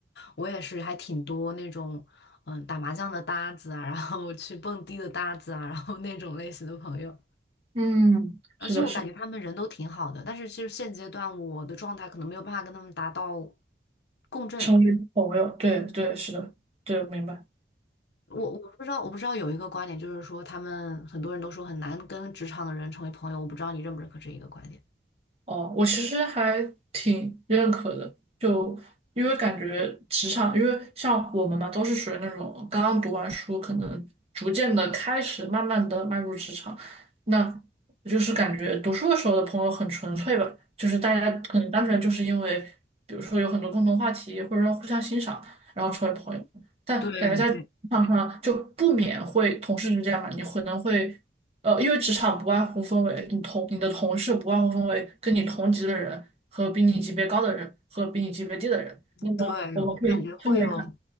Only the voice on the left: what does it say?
我也是，还挺多那种，嗯，打麻将的搭子啊，然后 <laughs> 去蹦迪的搭子啊，然后那种类型的朋友。
而且我感觉他们人都挺好的，
但是其实现阶段我的状态可能没有办法跟他们达到共振。
我我不知道，我不知道有一个观点，就是说他们很多人都说很难跟职场的人成为朋友，我不知道你认不认可这一个观点。
对，
对，我感觉会有